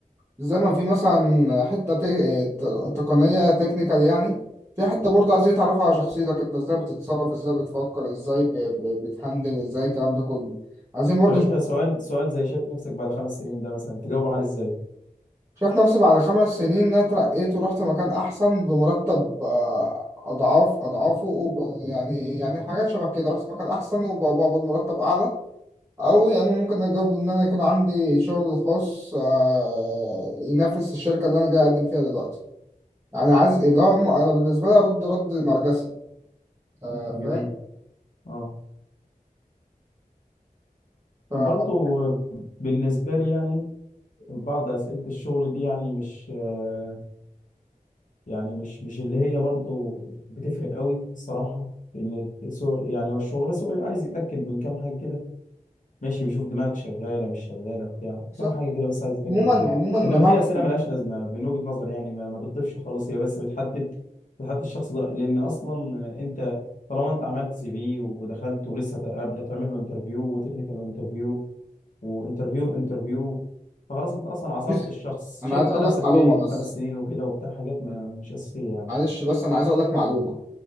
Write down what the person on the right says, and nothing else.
زي ما في مثلا حتة تق- ت- تقنية تكنيكال يعني في حتة برضه عايز يتعرف على شخصيتك انت ازاي بتتصرف ازاي بتفكر ازاي ب- ب- بتهندل ازاي الكلام ده كله عايزين برضه
شايف نفسي بعد خمس سنين إن انا اترقيت ورحت مكان احسن بمرتب آه، اضعاف اضعافه وب... يعني يعني حاجات شبه كده رحت مكان احسن وبقبض مرتب اعلى أو يا إما ممكن أجاوب إن أنا يكون عندي شغل الخاص آه، ينافس الشركة اللي أنا جاي أقدم فيها دلوقتي يعني عايز اللي هو م- أنا بالنسبة لي أرد رد نرجسي آه،
فاهم
ف-
بالظبط
عموما
عموما أنا
بعمل
بس
أنا عايز
أقول
لك معلومة
بس
معلش بس أنا عايز أقول لك معلومة